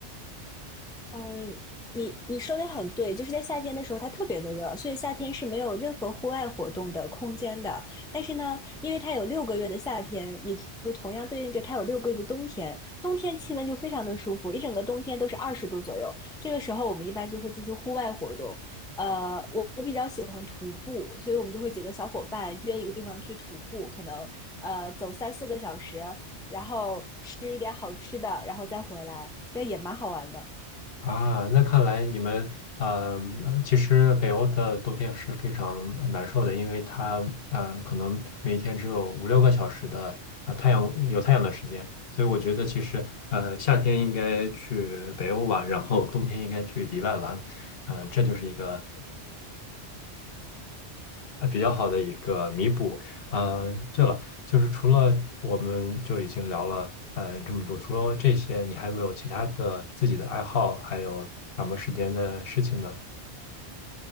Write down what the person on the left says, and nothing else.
啊，那看来你们呃，其实北欧的冬天是非常呃难受的，因为它呃，可能每天只有五六个小时的啊、呃太阳有太阳的时间，所以我觉得其实呃，夏天应该去北欧玩，然后冬天应该去迪拜玩，呃，这就是一个呃，比较好的一个弥补。呃，对了，就是除了我们就已经聊了呃这么多，除了这些，你还有没有其他的自己的爱好，还有打磨时间的事情呢？